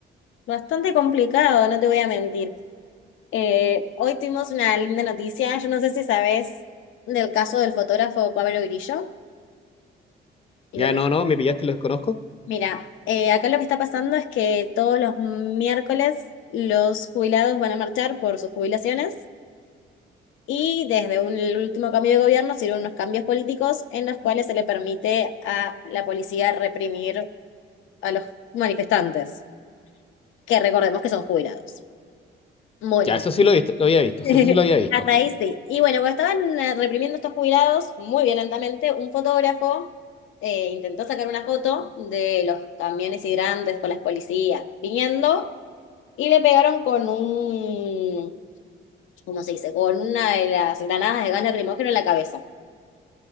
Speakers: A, on the left; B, on the left.
A: Bastante complicado, no te voy a mentir. Eh, hoy tuvimos una linda noticia, yo no sé si sabés del caso del fotógrafo Pablo Grillo. Y
B: Ya,
A: lo que...
B: no, no, me pillaste, lo desconozco.
A: Mira, eh, acá lo que está pasando es que todos los miércoles los jubilados van a marchar por sus jubilaciones. Y desde un- el último cambio de gobierno se dieron unos cambios políticos en los cuales se le permite a la policía reprimir a los manifestantes, que recordemos que son jubilados. Bueno,
B: Ya, eso sí lo, he visto- lo había visto,
A: <laughs>
B: sí, eso sí lo había visto.
A: hasta ahí sí. Y bueno, cuando estaban eh, reprimiendo estos jubilados, muy violentamente, un fotógrafo eh, intentó sacar una foto de los camiones hidrantes con las policías viniendo y le pegaron con un, ¿cómo se dice? Con una de las granadas de gas lacrimógeno en la cabeza.